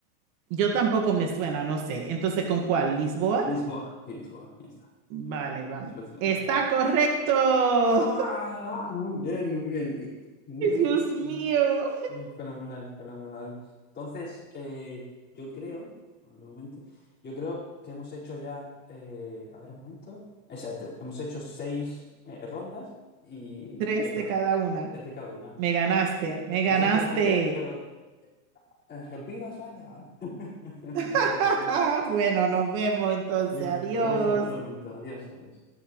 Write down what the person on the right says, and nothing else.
Yo tampoco me suena, no sé. Entonces, ¿con cuál? ¿Lisboa?
Vale,
vamos.
Está
correcto.
<laughs> Dios
mío.
Tres
de cada una.
Me ganaste, me ganaste.
<laughs>
Bueno, nos vemos entonces.
Adiós.